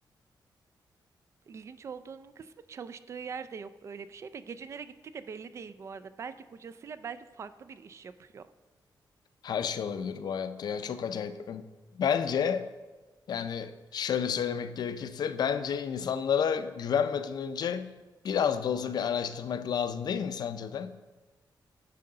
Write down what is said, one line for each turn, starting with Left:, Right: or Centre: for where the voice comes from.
Right: ilginç olduğunun kısmı çalıştığı yerde yok öyle bir şey ve gece nereye gittiği de belli değil bu arada. Belki kocasıyla belki farklı bir iş yapıyor.
Left: Her şey olabilir bu hayatta ya. Çok acayip. Bence yani şöyle söylemek gerekirse bence insanlara güvenmeden önce biraz da olsa bir araştırmak lazım değil mi sence de?